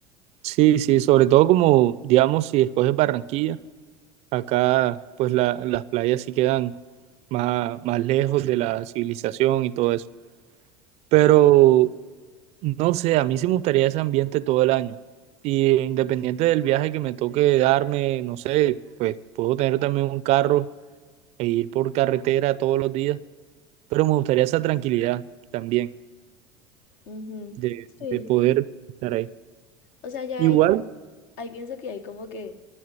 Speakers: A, on the right; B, on the left.
A: sí, sí, sobre todo como, digamos, si escoges Barranquilla. Acá, pues la- las playas sí quedan más, más lejos de la civilización y todo eso. Pero no sé, a mí sí me gustaría ese ambiente todo el año. Y eh, independiente del viaje que me toque darme, no sé, pues puedo tener también un carro e ir por carretera todos los días. Pero me gustaría esa tranquilidad también
B: Ujú.
A: de,
B: Sí.
A: de poder estar ahí.
B: O sea, ya
A: Igual.
B: ahí, ahí pienso que hay como que,